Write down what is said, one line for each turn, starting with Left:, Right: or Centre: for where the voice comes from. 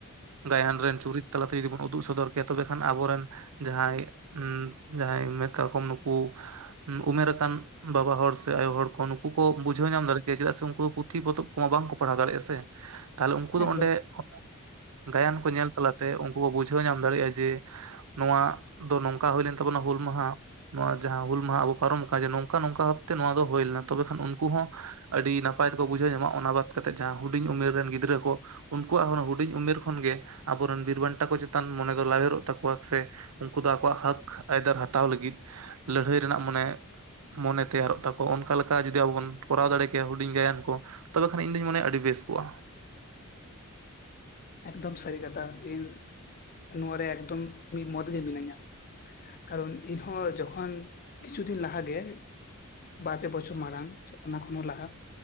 Right: ᱜᱟᱭᱟᱱ ᱨᱮᱱ ᱪᱩᱨᱤᱛ ᱛᱟᱞᱟᱛᱮ ᱡᱩᱫᱤ ᱵᱚᱱ ᱩᱫᱩᱜ ᱥᱚᱫᱚᱨ ᱛᱚᱵᱮ ᱠᱷᱟᱱ ᱟᱵᱚᱨᱮᱱ ᱡᱟᱦᱟᱸᱭ ᱩᱸ ᱡᱟᱦᱟᱸᱭ ᱢᱮᱛᱟ ᱠᱚᱢ ᱱᱩᱠᱩ᱾ ᱵᱷᱩᱢᱮᱨ ᱟᱠᱟᱱ᱾ ᱵᱟᱵᱟ ᱦᱚᱲ ᱥᱮ ᱟᱭᱳ ᱦᱚᱲ ᱠᱚ ᱱᱩᱠᱩ ᱵᱩᱡᱷᱟᱹᱣ ᱧᱟᱢ ᱫᱟᱲᱮᱭᱟ ᱪᱮᱫᱟᱜ ᱩᱱᱠᱩ ᱯᱩᱛᱷᱤ ᱯᱚᱛᱚᱵ ᱠᱚᱢᱟ ᱵᱟᱝ ᱯᱟᱲᱦᱟᱣ ᱫᱟᱲᱮᱭᱟᱜᱼᱟ᱾ ᱥᱮ ᱛᱟᱦᱚᱞᱮ ᱩᱱᱠᱩ ᱫᱚ
Left: ᱮᱠᱫᱚᱢ
Right: ᱚᱸᱰᱮ ᱠᱷᱚᱜ᱾ ᱜᱟᱭᱟᱱ ᱠᱚ ᱧᱮᱞ ᱛᱟᱞᱟᱛᱮ ᱩᱱᱠᱩ ᱠᱚ ᱵᱩᱡᱷᱟᱹᱣ ᱧᱟᱢ ᱫᱟᱲᱮᱭᱟᱜᱼᱟ ᱡᱮ ᱱᱚᱣᱟ ᱫᱚ ᱱᱚᱝᱠᱟ᱾ ᱱᱚᱝᱠᱟ ᱦᱩᱭ ᱞᱮᱱ ᱛᱟᱵᱚᱱᱟ ᱦᱩᱞ ᱢᱟᱦᱟ ᱱᱚᱣᱟ ᱡᱟᱦᱟᱸ ᱦᱩᱞ ᱢᱟᱦᱟ ᱟᱵᱚ ᱯᱟᱨᱚᱢ ᱟᱠᱟᱱᱟ ᱡᱮ ᱱᱚᱝᱠᱟ ᱱᱚᱝᱠᱟ᱾ ᱱᱚᱣᱟ ᱫᱚ ᱦᱩᱭ ᱞᱮᱱᱟ ᱛᱚᱵᱮ ᱠᱷᱟᱱ ᱩᱱᱠᱩ ᱦᱚᱸ ᱟᱹᱰᱤ ᱱᱟᱯᱟᱭ ᱛᱮᱠᱚ ᱵᱩᱡᱷᱟᱹᱣ ᱧᱟᱢᱟ, ᱚᱱᱟ ᱵᱟᱫ ᱠᱟᱛᱮ ᱡᱟᱦᱟᱸ ᱦᱩᱰᱤᱧ ᱩᱢᱮᱨ ᱨᱮᱱ ᱜᱤᱫᱟᱹ ᱜᱤᱫᱽᱨᱟᱹ ᱠᱚ ᱩᱱᱠᱩᱣᱟᱜ ᱦᱚᱸ ᱦᱩᱰᱤᱧ ᱩᱢᱮᱨ ᱠᱷᱚᱱ ᱜᱮ᱾ ᱟᱵᱚᱨᱮᱱ ᱵᱤᱨ ᱵᱟᱱᱴᱟ ᱠᱚ ᱪᱮᱛᱟᱱ ᱢᱚᱱᱮ ᱫᱚ ᱞᱟᱣᱮᱨᱚᱜ ᱛᱟᱠᱚᱣᱟ ᱥᱮ᱾ ᱩᱱᱠᱩ ᱫᱚ ᱟᱠᱚᱣᱟᱜ ᱦᱚᱠ ᱟᱹᱭᱫᱟᱨ ᱦᱟᱛᱟᱣ ᱞᱟᱹᱜᱤᱫ ᱞᱟᱹᱲᱦᱟᱹᱭ ᱨᱮᱱᱟᱜ ᱢᱟᱱᱮ᱾ ᱢᱚᱱᱮ ᱛᱮᱭᱟᱨᱚᱜ ᱛᱟᱠᱚᱣᱟ ᱚᱱᱠᱟ ᱞᱮᱠᱟ ᱡᱩᱫᱤ ᱟᱵᱚ ᱵᱚᱱ ᱠᱚᱨᱟᱣ ᱫᱟᱲᱮ ᱠᱮᱭᱟ ᱦᱩᱰᱤᱧ ᱜᱟᱭᱟᱱ ᱠᱚ᱾ ᱛᱚᱵᱮ ᱠᱷᱟᱱ ᱤᱧᱫᱩᱧ ᱢᱚᱱᱮᱭᱟ ᱟᱹᱰᱤ ᱵᱮᱥ ᱠᱚᱜᱼᱟ᱾
Left: ᱮᱠᱫᱚᱢ ᱥᱟᱹᱨᱤ ᱠᱟᱛᱷᱟ ᱤᱧ ᱱᱚᱣᱟ ᱨᱮ ᱮᱠᱫᱚᱢ ᱢᱤᱫ ᱢᱚᱛ ᱜᱮ ᱢᱤᱱᱟᱹᱧᱟ᱾ ᱠᱟᱨᱚᱱ ᱤᱧᱦᱚᱸ ᱡᱚᱠᱷᱚᱱ ᱠᱤᱪᱷᱩ ᱫᱤᱱ ᱞᱟᱦᱟ ᱜᱮ᱾ ᱵᱟᱨ ᱯᱮ ᱵᱚᱪᱷᱚᱨ ᱢᱟᱲᱟᱝ ᱚᱱᱟ ᱠᱷᱚᱱ ᱦᱚᱸ ᱞᱟᱦᱟ᱾